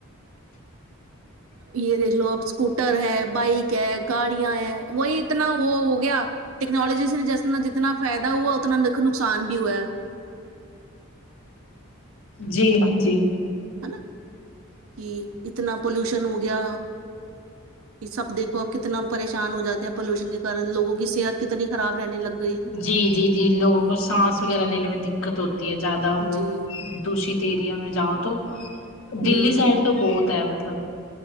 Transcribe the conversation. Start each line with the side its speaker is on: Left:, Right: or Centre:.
Right: یہ دیکھ لو اب اسکوٹر ہے بائک ہے گاڑیاں ہے وہی اتنا وہ ہو گیا ٹیکنالوجی سے جس جتنا فائدہ ہوا اتنا دیکھو نقصان بھی ہوا ہے
Left: جی جی
Right: ہے نا کہ اتنا پولوشن ہو گیا یہ سب دیکھو اب کتنا پریشان ہو جاتے ہیں پولوشن کے کن لگوں کی صحت کتنی خراب رہنے لگتی
Left: جی جی جی لوگوں کو سانس وغیرہ لینے میں دکت ہوتی ہے زیادہ وہ
Right: جی
Left: دشت ایریا میں جاؤ تو
Right: ہوں
Left: دلی سائڈ تو بہت ہے مطلب